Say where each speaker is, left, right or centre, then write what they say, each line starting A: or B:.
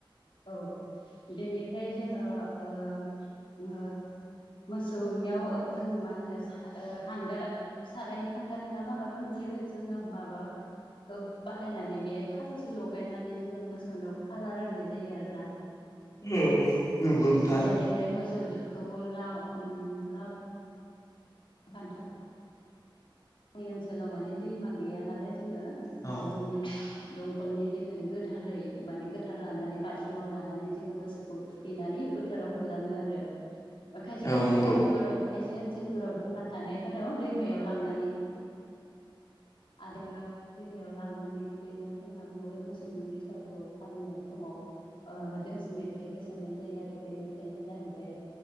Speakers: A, on the left; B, on the left.
A: औ बेनिफ्राय जोङो ओ मो मोसौनियाव ओ जों मा होनो ओ हांगार सारायनि हांगार नङाबा माबा मोनसे जोंहा माबा खोब बाहायनानै बेहाय थावसो लगायनानै जोङो मोसौनिाव खालार होनाय जायो आरो ना
B: औ नंगौ नोंथां
A: बेनिफ्राय मोसौखौ लाउ ओम लाउ बान्थ जोंनि ओनसोलाव माने दैमा गैया नालाय जोङो
B: औ
A: न'नि दंखलनि दैखोनो गोथारै माने गोथार लानानै बाल्थिङाव लानानै जोङो मोसौखौ थुखैनानै फो थाराव होलाङो आरो खायसे
B: औ
A: खायसे
B: नंगौ
A: गामिफोराव खायसे ओनसोल फोराव दैमा थानायफोराव दैमायाव लांनानै आरो दैमायाव लांनानै थुखैनो जोंहा मोसौनि बैसागुआव फालिनाय समाव ओ दोंसे मेथाइ रोजाबनाय जायो आरो बे मेथाइानो जाहैबाय